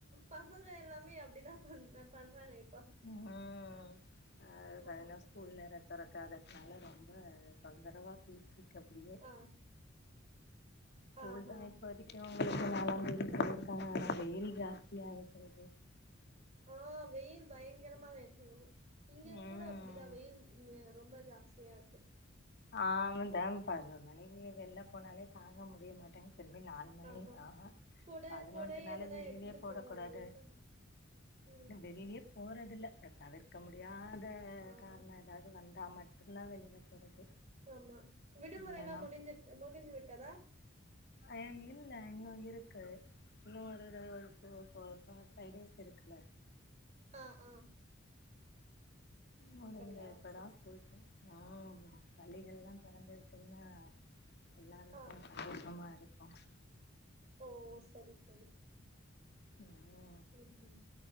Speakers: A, on the right; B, on the left.
A: பசங்க எல்லாமே அப்டிதா பண் பண்றானுங்க
B: ம் அது
A: ஆமா
B: காலைல ஸ்கூல் வேற தொறக் க்காததுனால ரொம்ப தொந்தரவா போய்ட்டு இருக்கு இல்ல
A: ஆ
B: ஸ்கூல்
A: ஆஹா
B: தா இப்போதிக்கு ளுக்கு நாலாந்தேதி சொல்லிருக்காங்க ஆனா வெயில் ஜாஸ்தியா இருக்கிறது
A: ஆ வெயில் பயங்கரமா இருக்குது இங்க
B: ம்
A: கூட அப்படிதா வெயில் இங்க ரொம்ப ஜா சயா இருக்கு
B: ஆமா தம் பதினொரு மணிக்கு வெள்ல போனாலே தாங்க முடிய மாட்டேங் திரும்பி நாலு மணி
A: ஆமா
B: ஆஹா
A: கொட
B: பதினொன்ட்டுனால
A: கொடை எதனா
B: வெளியிலயே
A: எடுத்துட்டு
B: போக
A: போங்க
B: கூடாது
A: வெளிய போனா ம்
B: இன்ன வெளியிலயே போறதுல சா தவிர்க்க முடி யாத
A: ஆமா
B: காரண ஏதாவது வந்து நா மட்டுந்தா வெளியில போறது
A: ஆமா விடுமுறைலா
B: இல்லன்னா
A: முடிஞ்சுற் முடிஞ்சு விட்டதா
B: அன் இல்ல இன்னு இருக்கு இன்னு ஒரு ஒரு ஃபோர் ஃபைவ் டேஸ் இருக்குல
A: ஆ ஆ
B: முடிங்க
A: அப்டியா
B: இப்பதா
A: சரி
B: ஸ்கூலக்கு ஆ பள்ளிகளா தொரந்துருக்குல எல்லாருக்கு
A: ஆ
B: சந்தோஷமா இருக்கு <inaudible>
A: ஓ சரி சரி
B: ம்
A: ம் ம்